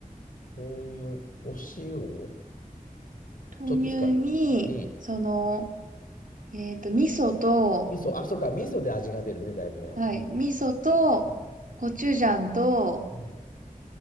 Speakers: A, on the left; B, on the right.
A: う。豆乳、お塩、
B: 豆乳に、
A: ちょっと使う。に、
B: その、えっと、味噌と、
A: 味噌、あ、そうか、味噌で味が出るね、だいぶね。
B: はい、
A: うん。
B: 味噌と、
A: うん。うん。
B: コチュジャンと、
A: うん